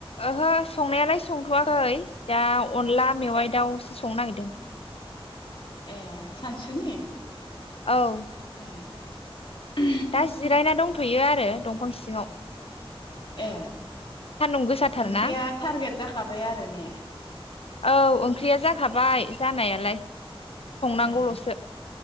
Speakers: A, on the left (about 75°); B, on the left (about 55°).
A: ओहो संनायालाय संथ'वाखै दा अनला मेवाइ
B: ए
A: दाउ संनो नागिरदों
B: ए सानसुनि
A: औ
B: <inaudible>
A: दा जिरायना दंथ'यो आरो दंफां सिङाव
B: ए
A: सान्दुं गोसाथारना
B: ओंख्रिया टारगेट जाखाबाय आरो ने
A: औ ओंख्रिया जाखाबाय जानायालाय संनांगौल'सो
B: ए